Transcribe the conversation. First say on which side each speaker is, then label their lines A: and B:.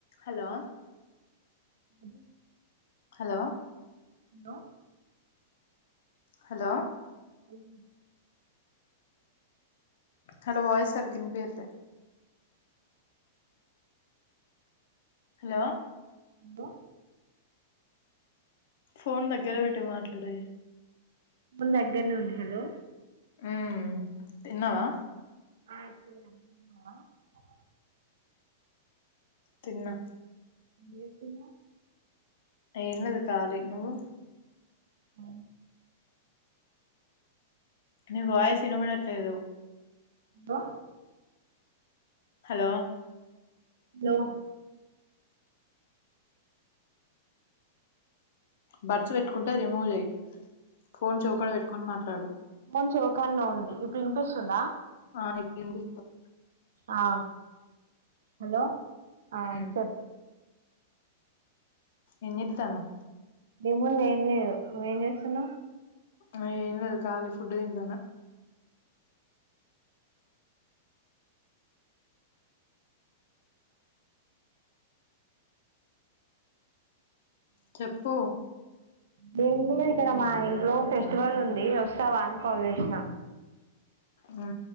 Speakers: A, on the left; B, on the right.
A: హలో
B: అ
A: hello
B: hello
A: hello
B: hello
A: hello వాయి సరిగ్గినిపియట్లె హలో
B: దో
A: ఫోన్ దగ్గర పెట్టి మాట్లాడే
B: మ దగ్గరనే ఉంది హలో
A: ఉ తిన్నావా
B: హ తిన్నావా నువ్ తిన్నావా
A: తిన్నా
B: ఎం కూర
A: ఎం లేదు కాళీ నువ్వు
B: అ
A: నీ వాయిసు వినబడట్లేదు
B: హలో
A: హలో
B: హలో
A: బరడ్స్ పెట్టుకుంటే రిమూవ్ చెయ్యి ఫోన్ చెవు కడ పెట్టుకొని మాట్లాడు
B: మంచి ఒకకా లో ఉంది ఇప్పుడు ఇనిపిస్తుందా
A: ఆ ఇప్పుడు వినిపిస్తాం
B: ఆ హలో ఆ
A: మ్మ్
B: చెప్
A: ఎం చేతనావ్
B: ఎం ఉంది ఏం లేదు నువ్వ ఏం చేస్తున్నావు
A: అ ఎం లేదు కాాలీ ఫుడ్ తింటాన చెప్పు
B: దేము ఇక్కడ మా ఇంట్లో ఫెస్టివల్ ఉంది వస్తావా అని కాల్ చేసినా
A: ఆ